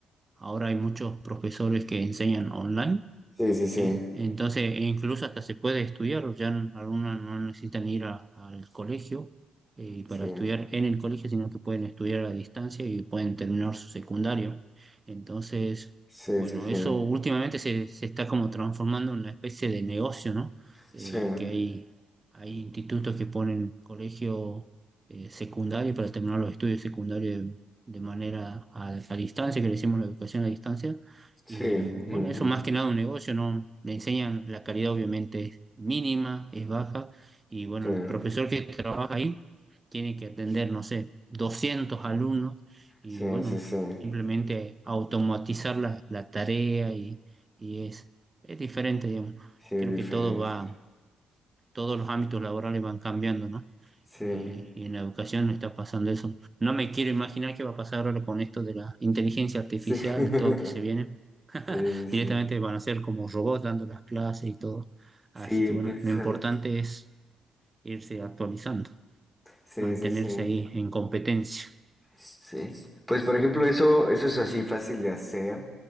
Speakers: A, on the right (about 25°); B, in the centre.
A: ahora hay muchos profesores que enseñan online
B: Sí, sí, sí.
A: ¿sí? Entonces, e incluso hasta se puede estudiar, ya n- algunos no necesitan ir a- al colegio eh,
B: Sí.
A: para estudiar en el colegio, sino que pueden estudiar a distancia y pueden terminar su secundario. Entonces,
B: Sí,
A: bueno,
B: sí, sí.
A: eso últimamente se, se está como transformando en una especie de negocio, ¿no? Eh,
B: Sí,
A: que hay, hay institutos que ponen colegio eh, secundario para terminar los estudios secundarios de, de manera a, a distancia, que le decimos la educación a distancia
B: sí.
A: y
B: ujú,
A: bueno, eso más que nada un negocio, ¿no? Le enseñan la calidad obviamente es mínima, es baja, y bueno,
B: ujú,
A: el profesor que trabaja ahí tiene que atender, no sé, 200 alumnos y
B: Sí,
A: bueno,
B: sí, sí, sí.
A: simplemente automatizar la, la tarea y, y es, es diferente, digamos.
B: Sí, es
A: Creo
B: diferente.
A: que todo va, todos los ámbitos laborales van cambiando, ¿no?
B: Sí,
A: Y,
B: sí.
A: y en la educación no está pasando eso. No me quiero imaginar qué va a pasar ahora con esto de la inteligencia artificial,
B: <laughs>
A: todo que se
B: Sí,
A: viene
B: sí, sí.
A: directamente van a ser como robots dando las clases y todo. Así
B: Sí,
A: que bueno,
B: quizás.
A: lo importante es irse actualizando,
B: Sí,
A: mantenerse
B: sí, sí.
A: ahí en competencia.
B: Sí. Pues por ejemplo, eso, eso es así fácil de hacer.